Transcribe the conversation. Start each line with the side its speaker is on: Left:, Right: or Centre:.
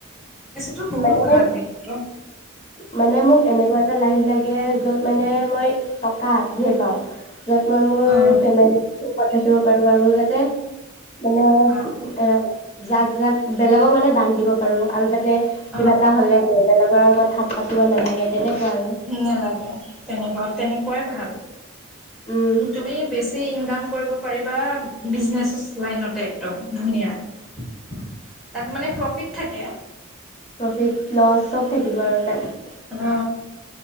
Centre: টো বহুত
Left: মানে
Centre: ভাল সেইটো ত।
Left: মানে মোক এনেকুৱা এটা লাইন লাগে য'ত মানে ম‌ই টকা ধেৰ পাওঁ। য'ত মই মোৰ
Centre: অ
Left: ফেমিলিক সুখত ৰাখিব পাৰো আৰু যাতে মানে
Centre: অ
Left: এ যাক যাক বেলেগক মানে দান দিব প আৰু যাতে কিবা
Centre: অ
Left: এটা হলে হল বেলেগৰ আগত হাত পাতিব নালাগে তেনেকুৱা আৰু
Centre: নেলাগে তেনেকোৱা তেনেকোৱাই ভাল
Left: উম
Centre: তুমি বেছি ইনকাম কৰিব পাৰিবা বিজনেচেচ লাইনতে একদম ধুনীয়া তাত মানে প্ৰফিট থাকে
Left: প্ৰফিট লছ চব থাকিব আৰু তাত
Centre: অ